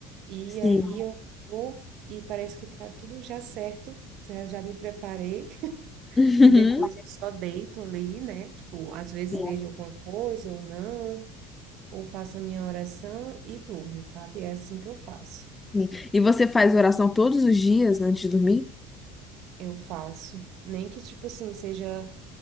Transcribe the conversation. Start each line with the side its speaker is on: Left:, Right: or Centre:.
Right: E
Left: Sim,
Right: aí eu vou e parece que tá tudo já certo, já já me preparei <laughs>
Left: Uhum.
Right: e depois eu só deito ali, né? Tipo, às vezes
Left: sim,
Right: vejo alguma coisa ou não, ou faço a minha oração e durmo, sabe? É assim que eu faço.
Left: sim. E você faz oração todos os dias antes de dormir?
Right: Eu faço, nem que tipo assim seja